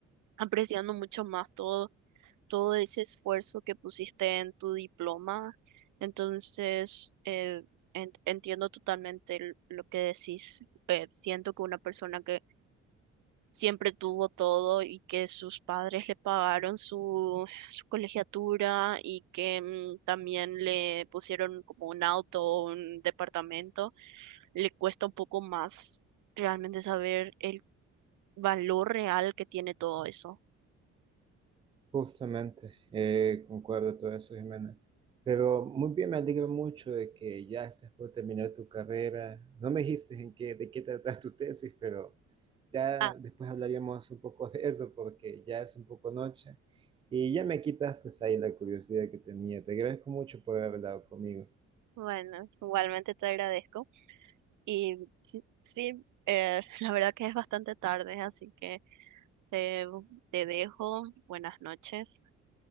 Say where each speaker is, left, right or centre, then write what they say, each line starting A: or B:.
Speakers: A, on the right; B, on the right.
A: apreciando mucho más todo, todo ese esfuerzo que pusiste en tu diploma. Entonces, eh, en- entiendo totalmente l- lo que decís. Eh, siento que una persona que siempre tuvo todo y que sus padres le pagaron su, su colegiatura y que mm, también le pusieron como un auto o un departamento, le cuesta un poco más realmente saber el valor real que tiene todo eso.
B: Justamente, eh, concuerdo todo eso, Jimena. Pero muy bien, me alegro mucho de que ya estás por terminar tu carrera. No me dijiste en qué, de qué tratas tu tesis, pero ya
A: Ah,
B: después hablaríamos un poco de eso porque ya es un poco noche y ya me quitaste ahí la curiosidad que tenía. Te agradezco mucho por haber hablado conmigo.
A: bueno, igualmente te agradezco. Y sí, sí, eh, <laughs> la verdad que es bastante tarde, así que te, te dejo. Buenas noches.